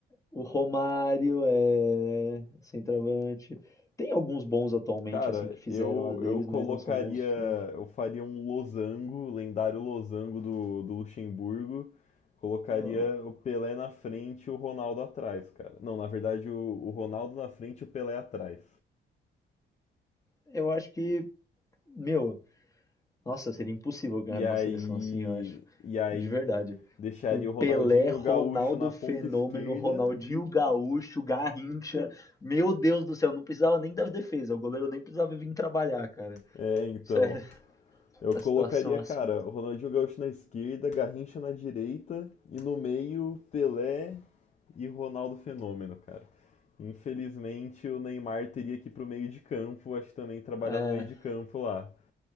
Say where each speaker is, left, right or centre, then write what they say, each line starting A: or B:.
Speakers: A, on the left; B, on the left.
A: O Romário é centroavante. Tem alguns bons atualmente,
B: Cara,
A: assim, que fizeram
B: eu
A: as deles,
B: eu colocaria,
A: mas não são bons o suficiente.
B: eu faria um losango, lendário losango do, do Luxemburgo. Colocaria
A: Eu
B: o Pelé na frente e o Ronaldo atrás, cara. Não, na verdade, o, o Ronaldo na frente e o Pelé atrás.
A: eu acho que, meu, nossa, seria impossível ganhar
B: E
A: de
B: aí,
A: uma seleção assim, eu acho.
B: e aí
A: De verdade.
B: deixaria
A: Com Pelé,
B: o Ronaldinho
A: Ronaldo
B: Gaúcho na ponta
A: Fenômeno,
B: esquerda.
A: Ronaldinho Gaúcho, Garrincha. Meu Deus do céu, não precisava nem das defesas. O goleiro nem precisava vir trabalhar, cara.
B: É, então,
A: Sério,
B: eu
A: a
B: colocaria,
A: situação assim.
B: cara, o Ronaldinho Gaúcho na esquerda, Garrincha na direita e no meio Pelé e Ronaldo Fenômeno, cara. Infelizmente o Neymar teria que ir pro meio de campo, acho que também trabalhar
A: É.
B: no meio de campo lá.